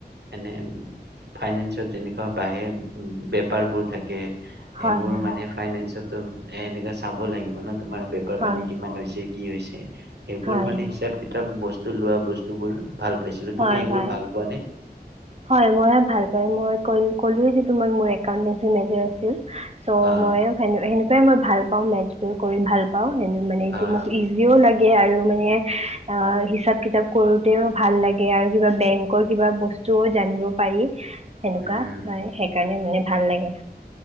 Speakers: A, on the right (about 80°); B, on the right (about 40°).
A: এনে ফাইনেন্সত যেনেকুৱা বাহে, বেপাৰবোৰ থাকে
B: হয়
A: এইবোৰ
B: হয়
A: মানে ফাইনেন্সত তোম এ এনেককা চাব লাগিব ন? তোমাৰ বেপাৰ
B: হয়
A: পানী হৈছে কি হৈছে সেইবোৰ
B: হয়
A: মানে
B: হয়
A: হিচাপ কিতাপ বস্তু লোৱা বস্তুবোৰ ভাল পাইছিলোঁ
B: হয়
A: তুমি এইবোৰ
B: হয়
A: ভাল পোৱা নে?
B: হয় মই ভাল পাই, মই কল কলোৱয়ে যে তোমাক মই <unintelligible> মেজৰ আছিল' চ'
A: অ',
B: ময়ো <unintelligible> তে মই ভাল পাওঁ মেটছবোৰ কৰি ভাল পাওঁ <unintelligible> মানে এইটো
A: অ',
B: মোক ইজিও লাগে সেয়ে আৰু মানে, অ হিচাপ-কিতাপ কৰোতেও ভাল লাগে আৰু কিবা বেংকৰ কিবা বস্তু জ' জানিব পাৰি সেনেকুৱা
A: উম,
B: হয় সেইকাৰণে মানে ভাল লাগে